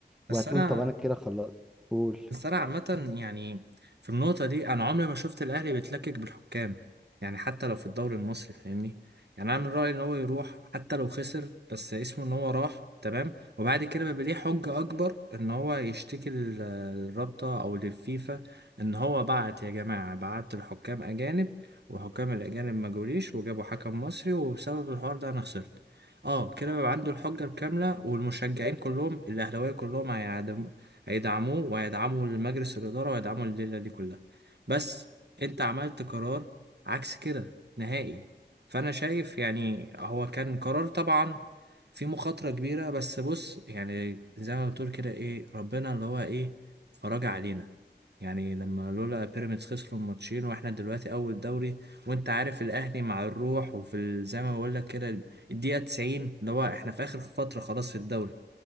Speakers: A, on the right; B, in the centre.
A: بس
B: وهتقول
A: انا
B: طب انا كده خلاص قول
A: بس انا عامة يعني في النقطة دي انا عمري ما شفت الاهلي بيتلكك بالحكام يعني حتى لو في الدوري المصري فاهمني يعني انا من رأيي ان هو يروح حتى لو خسر بس اسمه ان هو راح تمام وبعد كده بيبقى ليه حجة اكبر ان هو يشتكي لل- للرابطة او للفيفا ان هو بعت يا جماعة بعت الحكام اجانب وحكام الاجانب ما جوليش وجابوا حكم مصري وبسبب الحوار ده انا خسرت اه كده بيبقى عنده الحجة الكاملة والمشجعين كلهم الاهلاوية كلهم هيعدموا هيدعموه وهيدعموا المجلس الإدارة وهيدعموا الليلة دي كلها بس أنت عملت قرار عكس كده نهائي فأنا شايف يعني هو كان قرار طبعا في مخاطرة كبيرة بس بص يعني زي ما بتقول كده إيه ربنا اللي هو إيه فرج علينا يعني لما لولا بيراميدز خسروا الماتشين واحنا دلوقتي اول دوري وانت عارف الاهلي مع الروح وفي ال- زي ما بقول لك كده الدقيقه 90 اللي هو احنا في اخر فتره خلاص في الدوري